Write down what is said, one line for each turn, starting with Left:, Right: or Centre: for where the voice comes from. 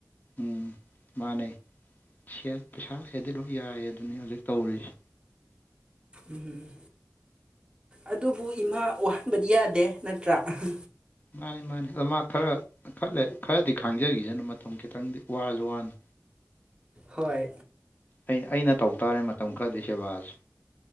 Left: ꯎꯝ ꯃꯥꯅꯦ ꯁꯦꯜ ꯄꯩꯁꯥ ꯂꯩꯔꯗꯤ ꯂꯣꯏ ꯌꯥꯔꯦ ꯑꯗꯨꯅꯤ ꯍꯨꯖꯤꯛ ꯇꯧꯔꯤꯁꯦ꯫
Right: ꯎꯝ ꯑꯗꯨꯕꯨ ꯏꯃꯥ ꯋꯥꯍꯟꯕꯗꯤ ꯌꯥꯗꯦ ꯅꯠꯇ꯭ꯔꯥ ꯑꯍ
Left: ꯃꯥꯅꯤ ꯃꯥꯅꯤ ꯑꯗꯣ ꯃꯥ ꯈꯔ ꯈꯔꯂꯩ ꯈꯔꯗꯤ ꯈꯥꯡꯖꯒꯤꯖꯅꯨ ꯃꯇꯝ ꯈꯤꯇꯪꯗꯤ ꯋꯥꯔꯖꯨ ꯖꯨꯋꯥꯅ
Right: ꯍꯣꯏ
Left: ꯑꯩꯅ ꯑꯩꯅ ꯇꯧ ꯇꯥꯔꯦ ꯃꯇꯝ ꯈꯔꯗꯤ ꯁꯦꯕꯥꯖꯦ꯫